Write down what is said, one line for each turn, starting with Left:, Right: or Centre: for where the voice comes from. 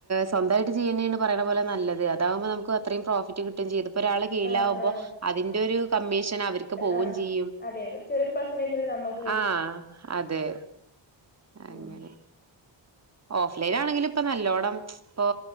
Right: സ്വന്തമായിട്ട് ചെയ്യുന്നാണ് പറയണ പോലെ നല്ലത് ഇതാകുമ്പ നമുക്ക് അത്രം പ്രോഫിറ്റ് കിട്ടും ചെയ്തു ഒരാള് കീഴിലാവുമ്പോ
Left: ആഹ് ആഹ്
Right: അതിന്റെ ഒരു കമ്മീഷൻ അവർക്ക് പോവും
Left: ആഹ്
Right: ചെയ്യും
Left: അതെ ഒരു ചെറിയൊരു പെർസെന്റേജില് നമ്മക്ക് കിട്ടും
Right: ആഹ് അതെ
Left: ഉം
Right: അങ്ങനെ ഓഫ്ലൈൻ ആണെങ്കിലും ഇപ്പൊ നല്ലോണ്ണം ഇപ്പ